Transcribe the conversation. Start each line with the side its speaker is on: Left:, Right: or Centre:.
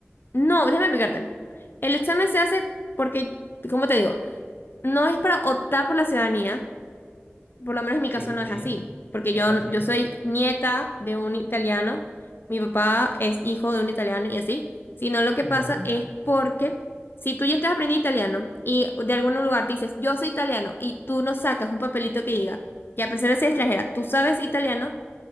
Left: No, déjame explicarte. El examen se hace porque, como te digo? No es para optar por la ciudadanía. Por lo menos en mi caso
Centre: Sí, sí,
Left: no
Centre: sí.
Left: es así, porque
Centre: Epa,
Left: yo,
Centre: sí.
Left: yo soy nieta de un italiano, mi papá es hijo de un italiano y así, sino lo que
Centre: Ujú.
Left: pasa es porque si tú ya estás aprendiendo italiano y de algún lugar te dices, yo soy italiano y tú no sacas un papelito que diga que a pesar de ser extranjera, tú sabes italiano,